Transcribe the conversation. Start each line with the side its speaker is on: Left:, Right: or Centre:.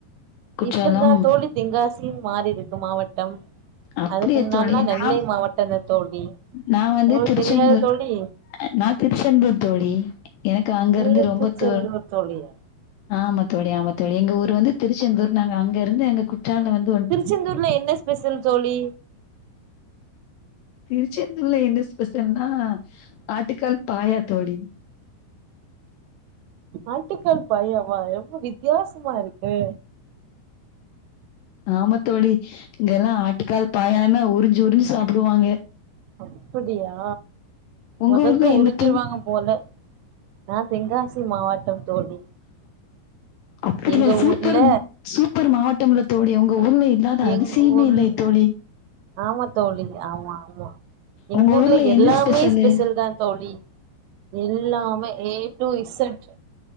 Left: குற்றாலம்
Right: இப்ப தா தோழி தென்காசின் மாறி இருக்கு மாவட்டம்
Left: அப்படியா
Right: அதுக்கு முன்னல்லா
Left: தோழி
Right: நெல்லை
Left: நா
Right: மாவட்டந்தா தோழி
Left: நா வந்து
Right: உங்களுக்கு
Left: திருச்செந்தூர்
Right: தெரியாத தோழி
Left: நா திருச்செந்தூர் தோழி எனக்கு அங்கருந்து
Right: நீங்க
Left: ரொம்ப
Right: திருச்செந்தூர்
Left: தேன்
Right: தோழியா
Left: ஆமாத்தோழி ஆமாத் தோழி எங்க ஊர் வந்து திருச்செந்தூர் நாங்க அங்கருந்து அங்க குற்றாலோ வந்
Right: திருச்செந்தூர்ல என்ன ஸ்பெஷல் தோழி
Left: திருச்செந்தூர்ல என்ன ஸ்பெஷல்னா ஆட்டுக்கால் பாயா தோழி
Right: ஆட்டுக்கால் பாயவா ரொம்ப வித்தியாசமா இருக்கே
Left: ஆமா தோழி இங்கெல்லா ஆட்டுக்கால் பாயனா உறிஞ்சு உறிஞ்சு சாப்பிடுவாங்க
Right: அப்படியா
Left: உங்க
Right: மொத்ததுல
Left: ஊர்ல என்ன
Right: உறிஞ்சிருவாங்க
Left: தோழி
Right: போல நா தெங்காசி மாவட்டம் தோழி
Left: அப்படியா
Right: எங்க
Left: சூப்பர்
Right: ஊர்ல
Left: சூப்பர் மாவட்டம்ல தோழி உங்க ஊர்ல இல்லாத அதிசயமே
Right: எங்க ஊர்ல
Left: இல்லையே தோழி
Right: ஆமா தோழி ஆமா ஆமா எங்க
Left: உங்க
Right: ஊர்ல
Left: என்ன
Right: எல்லாமே
Left: ஸ்பெஷலு
Right: ஸ்பெஷல் தா தோழி எல்லாமே ஏ டு இசட்